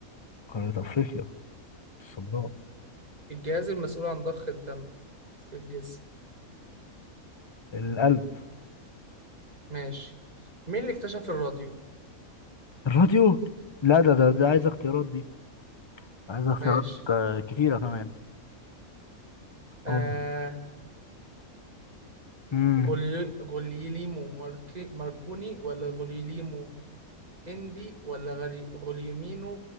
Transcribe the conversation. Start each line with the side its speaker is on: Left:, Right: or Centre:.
Left: قارة افريقيا السمراء
Right: الجهاز المسؤول عن ضخ الدم في الجسم
Left: القلب
Right: ماشي مين اللي اكتشف الراديو؟
Left: الراديو لا ده ده,
Right: مم.
Left: ده عايز اختيارات دي عايز اختيارات
Right: ماشي
Left: آه، كتيرة كمان
Right: آه
Left: اه امم
Right: غولي- غوليليمو ماركي ماركوني ولا غوليليمو اندي ولا غلي غوليمينو